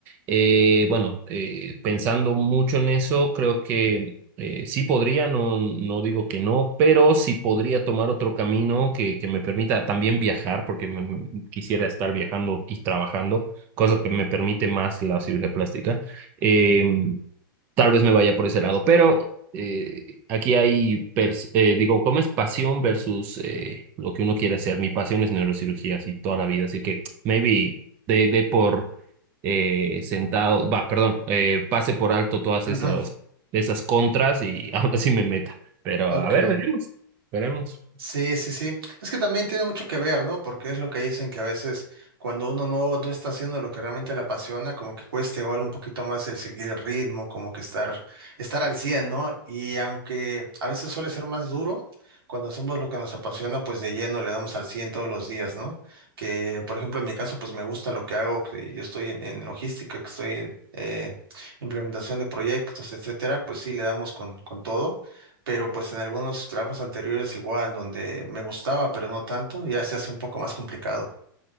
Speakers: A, on the right; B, on the right.
A: eh, bueno, eh, pensando mucho en eso, creo que eh, sí podría, no, no digo que no, pero sí podría tomar otro camino que, que me permita también viajar, porque me- me- quisiera estar viajando y trabajando, cosa que me permite más la cirugía plástica. Eh, tal vez me vaya por ese lado, pero eh, aquí hay, pers- eh, digo, ¿cómo es pasión versus eh, lo que uno quiere hacer? Mi pasión es neurocirugía, así toda la vida, así que maybe de, de por eh, sentado, va, perdón, eh, pase por alto todas esos,
B: Ujú,
A: esas contras y <laughs> aún así me meta. Pero
B: Ok.
A: a ver, veremos, veremos.
B: Sí, sí, sí. Es que también tiene mucho que ver, ¿no? Porque es lo que dicen que a veces cuando uno no, no está haciendo lo que realmente le apasiona, como que cuesta igual un poquito más el seguir el ritmo, como que estar, estar al 100, ¿no? Y aunque a veces suele ser más duro, cuando hacemos lo que nos apasiona, pues de lleno le damos al 100 todos los días, ¿no? Que, por ejemplo, en mi caso, pues me gusta lo que hago, que yo estoy en, en logística, que estoy... Eh, implementación de proyectos, etcétera, pues sí, le damos con, con todo pero pues en algunos trabajos anteriores igual, donde me gustaba, pero no tanto, ya se hace un poco más complicado.